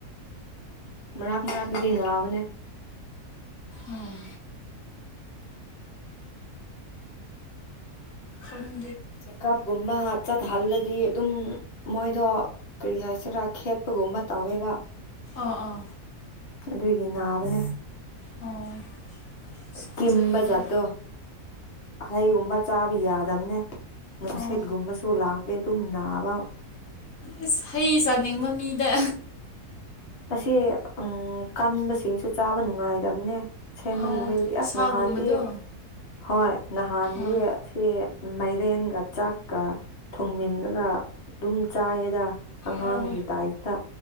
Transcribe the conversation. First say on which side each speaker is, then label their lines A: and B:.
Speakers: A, on the left; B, on the left.
A: ꯃꯔꯥꯛ ꯃꯔꯥꯛꯀꯤꯗꯤ ꯅꯥꯕꯅꯦ
B: ꯎꯝ ꯎꯝ
A: ꯆꯦꯛꯀꯞꯀꯨꯝꯕ ꯆꯠꯍꯜꯂꯗꯤ ꯑꯗꯨꯝ ꯃꯣꯏꯗꯣ ꯀꯔꯤ ꯍꯥꯏꯁꯤꯔꯥ ꯈꯦꯠꯄꯒꯨꯝꯕ ꯇꯧꯋꯦꯕ
B: ꯑ ꯑꯥ
A: ꯑꯗꯨꯒꯤ ꯅꯥꯕꯅꯦ
B: ꯑꯣ ꯑꯁ ꯀꯤꯖꯩꯍꯦ
A: ꯀꯤꯝꯕ ꯖꯠꯇꯣ ꯍꯩꯒꯨꯝꯕ ꯆꯥꯕ ꯌꯥꯗꯕꯅꯦ ꯅꯨꯡꯁꯦꯠ
B: ꯑꯣ
A: ꯇꯨꯝꯕꯁꯨ ꯂꯥꯛꯗ ꯇꯅꯅꯥꯕ
B: ꯑꯁ ꯍꯩ ꯆꯥꯅꯤꯡꯕ ꯃꯤꯗ
A: ꯑꯁꯤ ꯎꯝ ꯀꯟꯕꯁꯤꯡꯁꯨ ꯆꯥꯕ ꯅꯨꯡꯉꯥꯏꯗꯕꯅꯦ ꯁꯦꯝꯕ
B: ꯑꯣ
A: ꯅꯨꯃꯤꯠꯗꯨꯗꯤ ꯑꯁ
B: ꯁꯥꯒꯨꯝꯕꯗꯣ
A: ꯅꯍꯥꯟꯗꯤ ꯍꯣꯏ ꯅꯍꯥꯟꯒꯤ
B: ꯑꯥ
A: ꯑꯁꯤ ꯃꯥꯏꯔꯦꯟꯒ ꯆꯥꯛꯀ ꯊꯣꯡꯃꯟꯂꯒ ꯑꯗꯨꯝ ꯆꯥꯏꯌꯦꯗ ꯑꯉꯥꯡꯒꯤ
B: ꯑꯣ
A: ꯇꯥꯏꯐꯇ